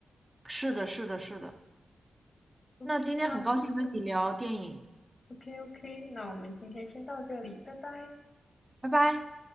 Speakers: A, on the right; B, on the left.
A: 是的，是的，是的。
B: OK，
A: 那今天很高兴跟你聊电影，
B: 那 OK OK，那我们今天先到这里，拜拜。
A: 拜拜。